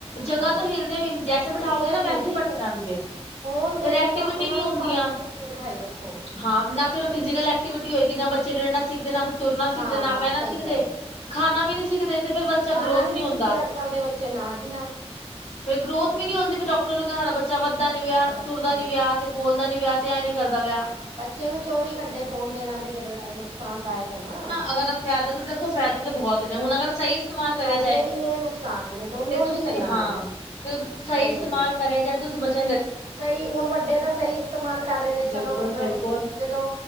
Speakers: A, on the left; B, on the right.
A: ਜਗਾ
B: ਹਾਂਜੀ
A: ਤੋ ਹਿਲਦੇ ਵੀ ਨੀ, ਜੈਸੇ ਬਿਠਾਓਗੇ
B: ਹਿਲਦੇ
A: ਨਾ
B: ਵੀ ਨੀ
A: ਵੈਸੇ
B: ਜੀ
A: ਹੀ ਬੈਠੇ ਰਹਿਣਗੇ।
B: ਫੋਨ ਦੇ
A: ਫਿਰ
B: ਕੇ
A: ਐਕਟੀਵਿਟੀ
B: ਤਾਂ ਉਹਨਾਂ
A: ਨਹੀਂ
B: ਨੂੰ
A: ਹੁੰਦੀਆਂ
B: ਭਾਵੇਂ ਪੁੱਕੇ ਬਿਠਾਈ ਰੱਖੋ
A: ਹਾਂ ਨਾ ਫਿਰ ਫਿਜ਼ਕਲ ਐਕਟੀਵਿਟੀ ਹੋਏਗੀ ਨਾ ਬੱਚੇ ਰਿੜਣਾ ਸਿੱਖਦੇ ਨਾ ਬਚ ਤੁਰਨਾ ਸਿੱਖਦੇ,
B: ਹਾਂ
A: ਨਾ ਬਹਿਣਾ,
B: ਸਹੀ
A: ਸਿੱਖਦੇ
B: ਗੱਲ ਹੈ
A: ਖਾਣਾ
B: ਕੁਛ
A: ਵੀ
B: ਨੀ
A: ਨਹੀਂ ਸਿੱਖਦੇ ਤੇ ਫੇਰ ਬੱਚਾ
B: ਖਾਣਾ
A: ਗਰੋਥ
B: ਵੀ
A: ਨਹੀਂ
B: ਨੀ
A: ਹੁੰਦਾ।
B: ਸਿੱਖਦੇ ਅੱਜ ਕੱਲ ਦੇ ਬੱਚੇ ਨਾ ਜੀ ਨਾ।
A: ਫੇਰ ਗਰੋਥ ਵੀ ਨੀ ਹੁੰਦੀ ਫਿਰ ਡਾਕਟਰ ਨੂੰ ਕਹਿਣ ਬੱਚਾ ਵੱਧਦਾ ਨੀ ਪਿਆ,
B: ਵੱਧਦਾ
A: ਤੁਰਦਾ ਨੀ ਪਿਆ ਤੇ
B: ਸਹੀ
A: ਬੋਲਦਾ
B: ਗੱਲ
A: ਨੀ ਪਿਆ। ਤੇ ਐ ਨੀ ਕਰਦਾ ਪਿਆ
B: ਬੱਚੇ ਨੂੰ ਚੌਵੀ ਘੰਟੇ ਫੋਨ ਦੇਣਾ ਤੇ ਫੇਰ ਨੁਕਸਾਨਦਾਇਕ ਏ ਨਾ।
A: ਅਗਰ ਫਾਇਦੇ ਤਾਂ ਦੇਖੋ ਫਾਇਦੇ ਤਾਂ ਬਹੁਤ ਨੇ ਹੁਣ ਅਗਰ। ਸਹੀ ਇਸਤੇਮਾਲ
B: ਹਾਂਜੀ,
A: ਕਰਿਆ
B: ਫਾਇਦੇ
A: ਜਾਏ
B: ਵੀ ਨੇ ਨੁਕਸਾਨ ਵੀ ਨੇ ਦੋਨੋ
A: ਤੇ ਤੁਸੀਂ
B: ਹੀ ਗੱਲਾਂ
A: ਹਾਂ
B: ਨੇ
A: ਤੇ ਸਹੀ
B: ਫਾਇਦੇ
A: ਇਸਤੇਮਾਲ।
B: ਵੀ ਨੇ
A: ਕਰੇ ਜਾਰ ਤੁਸੀਂ ਬਚ
B: ਹਾਂ ਸਹੀ ਹੁਣ ਵੱਡੇ ਦਾ ਸਹੀ ਇਸਤੇਮਾਲ ਕਰ ਰਹੇ ਨੇ
A: ਬਿਲਕੁਲ
B: ਚਲੋ ਮਤਲਬ
A: ਬਿਲਕੁਲ
B: ਜਦੋਂ